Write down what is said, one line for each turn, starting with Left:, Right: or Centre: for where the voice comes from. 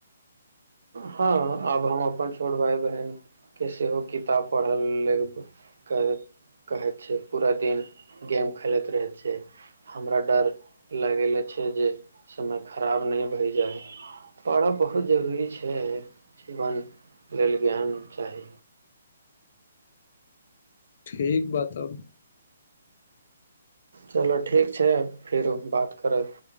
Right: हँ आब हम अपन छोट भााय बहिनके सेहो किताब पढ़ लेब कहैत कहैत छै पूरा दिन गेम खेलैत रहैत छै हमरा डर लगेले छै जे समय खराब नहि भए जाय पढ़ब बहुत जरूरी छै से जीवन लेल ज्ञान चाही
Left: ठीक बात अब
Right: चलु ठीक छै फिर बात करब